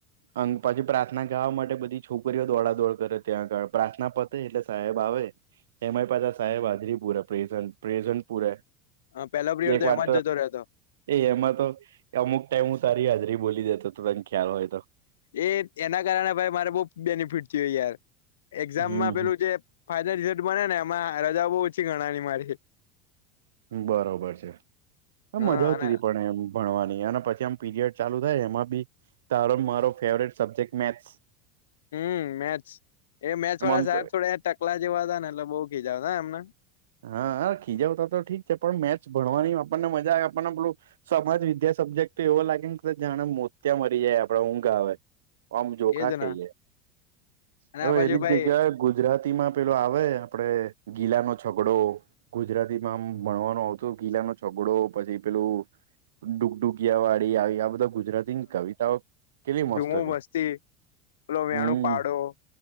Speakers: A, on the right (about 70°); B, on the left (about 70°).
A: અ પછી પ્રાર્થના ગાવા માટે બધી છોકરીઓ દોડાદોડ કરે ત્યાં આગળ પ્રાર્થના પતે એટલે સાહેબ આવે એમાં પાછા સાહેબ હાજરી પુરે પ્રેઝન પ્રેઝન પૂરે.
B: હ પેલો પીરીયડ
A: એક
B: તો
A: વાર
B: એમાં જતો રહેતો.
A: એ એમાં તો અમુક ટાઈમ હું તારી હાજરી બોલી દેતો તને ખ્યાલ હોય તો
B: એ એના કારણે ભાઈ મારે બો બેનિફિટ થીયુ યાર એક્ઝામમાં
A: હમ
B: પેલું જે ફાઈનલ રિઝલ્ટ બને ને એમાં રજા બહુ ઓછી ગણાતી મારી
A: બરોબર છે આમ
B: હા
A: મજા આવતી
B: અને
A: હતી પણ એમ ભણવાની અને પછી આમ પીરિયડ ચાલુ થાય એમાં બી તારો મારો ફેવરેટ સબ્જેક્ટ મેથ્સ
B: હમ મેસ-' એ મેસ
A: મન
B: વાળા સાહેબ
A: તો
B: થોડ ટકલા જેવા હતાા ને એટલે બઉ ખીજા હતા એમને
A: હા હા ખીજાવતા તો ઠીક છે પણ મેચ ભણવાની આપણને મજા આવે આપણને પેલું સમાજ વિદ્યા સબ્જેક્ટ તો એવો લાગે ને કે જાણે મોત્યા મરી જાય આપડ ઊંઘ આવે. આમ જોખા
B: એજ
A: ખાઈએ
B: ને અને
A: એવી
B: આ બાજુ ભાઈ
A: જગ્યાએ ગુજરાતી માં પેલો આવે આપડે ગીલા નો છગડો ગુજરાતીમાં આમ ભણવાનો આવતો ગીલા નો છગડો પછી પેલું ડુગડુગિયા વાળી આવી આ બધા ગુજરાતી ની કવિતાઓ કેલી મસ્ત
B: જુમો
A: હતી
B: મસ્તી પેલો
A: હમ.
B: વેણું પાડો